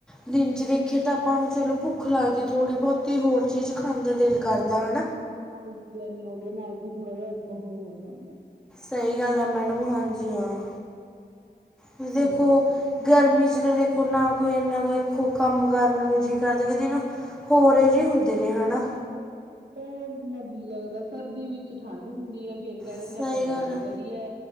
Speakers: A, in the centre; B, on the right (about 80°).
A: ਦਿਨ ਚ ਦੇਖੀਏ ਤਾਂ ਆਪਾਂ ਨੂੰ ਚਲੋ ਭੁੱਖ ਲੱਗਦੀ ਥੋੜ੍ਹੀ ਬਹੁਤੀ ਹੋਰ ਚੀਜ਼ ਖਾਣ ਦਾ ਦਿਲ ਕਰਦਾ ਹਨ
B: ਪਾਣੀ ਪੀ ਲੈਂਦੇ ਹਾਂ ਉਹਦੇ ਨਾਲ ਵੀ ਥੋੜਾ ਜਿਹਾ ਉਹ ਹੋ ਜਾਂਦਾ
A: ਸਹੀ ਗੱਲ ਹੈ ਮੈਡਮ ਹਾਂਜੀ ਹਾਂ ਤੁਸੀ ਦੇਖੋ
B: ਹੋਰ ਦੱਸੋ
A: ਗਰਮੀ ਚ ਤਾਂ ਦੇਖੋ ਨਾ ਕੋਈ ਇਨਾ ਕੋ ਖੋ ਕੰਮ ਕਰਨ ਨੂੰ ਜੀ ਕਰ ਦੇਵੇ ਨਾ ਹੋਰ ਇਹ ਜਿਹੇ ਹੁੰਦੇ ਨੇ ਹਨਾ
B: ਬਹੁਤ ਮਜ਼ੀ ਲੱਗਦਾ ਸਰਦੀ ਵਿੱਚ ਠੰਡ ਹੁੰਦੀ ਹੈ ਫੇਰ ਕਹਿ ਦਿੰਣੇ
A: ਸਹੀ
B: ਆਪਾਂ ਗਰਮੀ
A: ਗੱਲ ਹੈ
B: ਵਧੀ ਏ?